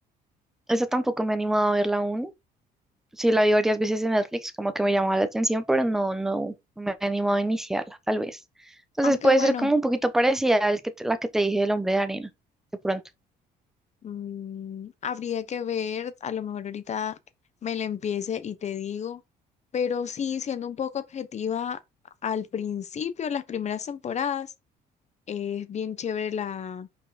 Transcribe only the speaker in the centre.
Esa tampoco me he animado a verla aún. Sí, la vi varias veces en Netflix, como que me llamaba la atención, pero no, no me he animado a iniciarla, tal vez. Entonces
puede
ser como un poquito parecida a la que te dije del hombre de arena, de pronto.